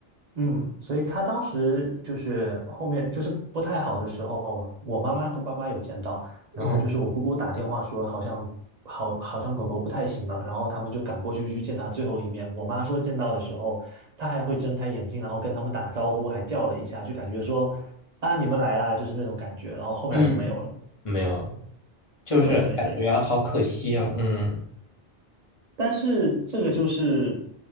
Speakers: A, on the right; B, on the left.
A: 嗯，所以他当时就是后面就是不太好的时候，我妈妈跟爸爸有见到，然后就是我姑姑打电话说好像好好像狗狗不太行了，
B: 嗯，
A: 然后他们就赶过去去见它最后一面。我妈说见到的时候，它还会睁开眼睛，然后跟他们打招呼，还叫了一下，就感觉说啊你们来啦，就是那种感觉。然后后面来就没有了。
B: 嗯没有，就是感觉好可惜啊。
A: 对对对。
B: 嗯，
A: 但是这个就是